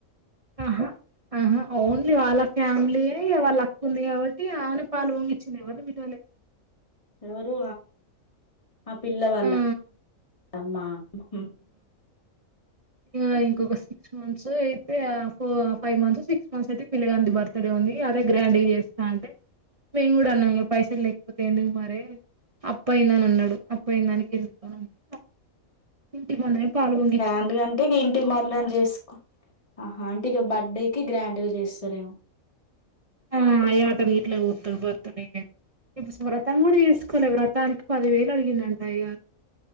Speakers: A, on the right (about 40°); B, on the left (about 25°).
A: ఆహా ఆహా ఓన్లీ వాళ్ళ ఫ్యామిలీ వాళ్ళ అక్కు ఉంది కాబట్టి ఆన పాలు ఊంగించింది ఎవళ మిటివలే
B: ఎవరు మా పిల్లవాళ్ళ
A: ఆ
B: అమ్మా అ
A: ఇ ఇంకొక సిక్స్ మంత్స్ అయితే ఫో ఫైవ్ మంత్స్ సిక్స్ మంత్స్ అయితే పిల్ల గది బర్త్డే ఉంది అదే గ్రాండ్ చేస్తా అంటే మేము కూడా అన్నాం పైసలు లేకపోతే ఎందుకు మరే అప్పయి్యంద అని అన్నాడు అబ్ప్పయిన దానికి ఎందు అంటే ఇంటి కాడనే పాలు పొంగించ్చు
B: అందుకంటే ఇంటి మందం చేసి ఆ అంటీకి బర్త్డేకి గ్రాండ్గా చేస్తారేమో
A: ఆ అతను ఇట్లా కూర్తు పతుతే ఇప్పుడు వ్రతం కూడా వేసుకోలే వ్రతానికి పదివేలు అడిగిందంట అయగారు